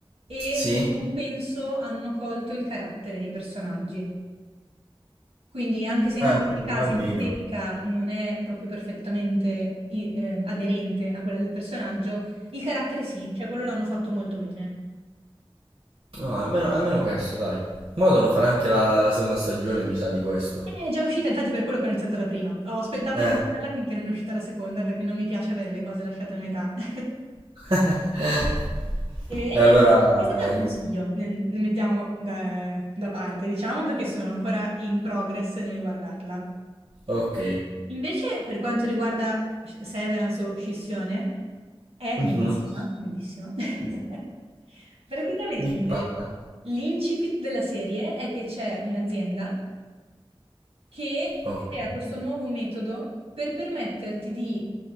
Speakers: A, on the right; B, on the right.
A: e
B: Sì?
A: in compenso hanno colto il carattere dei personaggi. Quindi anche se in
B: Al-
A: alcuni casi
B: almeno.
A: l'estetica non è proprio perfettamente i- eh, aderente a quella del personaggio, il carattere sì, cioè quello l'hanno fatto molto bene.
B: No, almeno, almeno questo, dai. Mo' devono fare anche la, la seconda stagione, mi sa, di questo.
A: È già uscita, infatti per quello che ho iniziato la prima. Ho aspettato
B: Eh,
A: a iniziarla finché non è uscita la seconda perché non mi piace avere le cose lasciate a metà. <laughs>
B: <laughs>
A: E, e
B: E allora...
A: niente, questa te la
B: in-
A: consiglio, ne, ne mettiamo da, da parte, diciamo, perché sono ancora in progress nel guardarla.
B: Ok.
A: Invece, per quanto riguarda Severance o Scissione, è
B: Mhm.
A: bellissima, bellissima. <laughs> Praticamente
B: Di che parla?
A: l'incipit della serie è che c'è un'azienda che
B: Ok.
A: crea questo nuovo metodo per permetterti di